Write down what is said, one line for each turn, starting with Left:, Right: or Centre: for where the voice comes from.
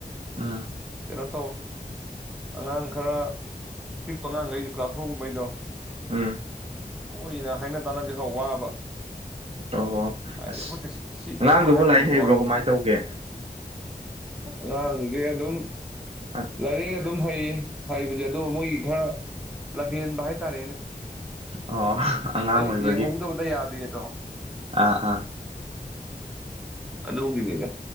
Right: ꯑꯥ
Centre: ꯀꯩꯅꯣ ꯇꯧꯋ ꯑꯉꯥꯡ ꯈꯔ ꯄꯤꯛꯄ ꯑꯉꯥꯡꯈꯩꯗꯤ ꯀ꯭ꯂꯥꯁ ꯐꯣꯔꯒꯨꯝꯕꯩꯗꯣ
Right: ꯎꯝ
Centre: ꯃꯣꯏꯅ ꯍꯥꯏꯅ ꯇꯥꯅꯕꯁ ꯈꯔ ꯋꯥꯕ
Right: ꯑꯣ
Centre: ꯍꯥꯏꯗꯤ
Right: ꯑꯁ
Centre: ꯑꯩꯈꯣꯏꯅ ꯁꯤ
Right: ꯑꯉꯥꯡꯗꯨꯕꯨ
Centre: ꯇꯧꯒ ꯍꯥꯏꯔꯝꯃꯁꯨꯀꯣ
Right: ꯂꯥꯏꯔꯤꯛ ꯍꯩꯕ꯭ꯔꯣ ꯀꯃꯥꯏꯅ ꯇꯧꯒꯦ
Centre: ꯑꯉꯥꯡ ꯑꯗꯨꯝ
Right: ꯑ-
Centre: ꯂꯔꯤ ꯑꯗꯨꯝ ꯍꯩꯌꯦ ꯍꯩꯕꯁꯦ ꯑꯗꯨꯕꯨ ꯃꯣꯏꯒꯤ ꯈꯔ ꯂꯝꯍꯦꯟꯕ ꯍꯥꯏꯇꯥꯔꯦꯅꯦ
Right: ꯑꯣ ꯑꯉꯥꯡ
Centre: ꯍꯦꯛ
Right: ꯑꯣꯏꯕꯒꯤ
Centre: ꯌꯥꯡꯍꯧꯗꯕꯗꯥ ꯌꯥꯗꯦ ꯗ‌ꯣ
Right: ꯑꯥ ꯑꯥ
Centre: ꯑꯗ ꯍꯒꯅꯤꯒ